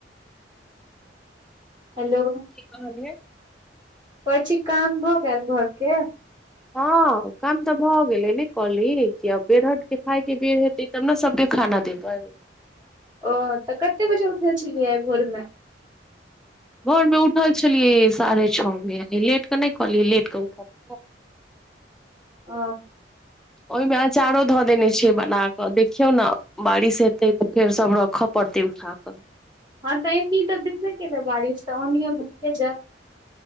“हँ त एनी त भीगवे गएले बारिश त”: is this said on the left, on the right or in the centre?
Right